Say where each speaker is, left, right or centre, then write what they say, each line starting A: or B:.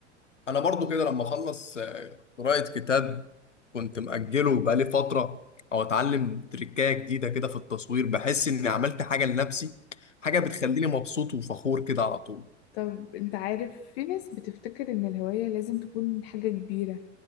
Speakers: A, on the left; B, on the left.
A: انا برضو كده لما اخلص آه، قراءة كتاب كنت مأجله بقالي فترة او اتعلم تريكاية جديدة كده في التصوير بحس اني عملت حاجة لنفسي حاجة بتخليني مبسوط وفخور كده على طول
B: طب أنت عارف في ناس بتفتكر إن الهواية لازم تكون حاجة كبيرة